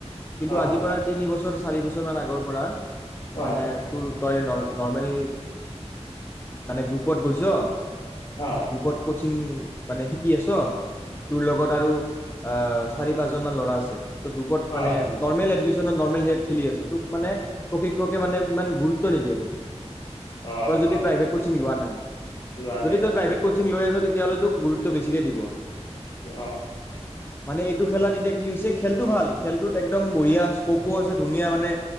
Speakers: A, on the left; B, on the left.
A: কিন্তু
B: অ অ
A: আজিৰ পৰা তিনি বছৰ চাৰি বছৰ মান আগৰ পৰা
B: অ অ
A: মানে তোৰ তই নৰ্মেল মানে গ্ৰুপত গৈছ
B: অ
A: ৰূপত কচিং মানে শিকি আছ। তোৰ লগত আৰু আ, চাৰি পাঁচজনমান ল'ৰা আছে। গ্ৰুপত মানে
B: অ অ
A: নৰ্মল এডমি নৰ্মেল হেয়ত খেলি আছে তোক মানে প্ৰশিক্ষকে মানে ইমান গুৰুত্ব নিদিয় তোক।
B: অ
A: তই যদি
B: অ
A: প্ৰাইভেট কচিং লোৱা নাই,
B: লোৱা
A: যদি
B: নাই
A: তই
B: অ
A: প্ৰাইভেট কচিং লৈ আছ। তেতিয়াহ'লে তোক গুৰুত্ব বেছিকে দিব।
B: অ'।
A: মানে এইটো খেলাত এতিয়া কি হৈছে খেলটো ভাল, খেলটোত একদম বঢ়িয়া স্কপো আছে ধুনীয়া মানে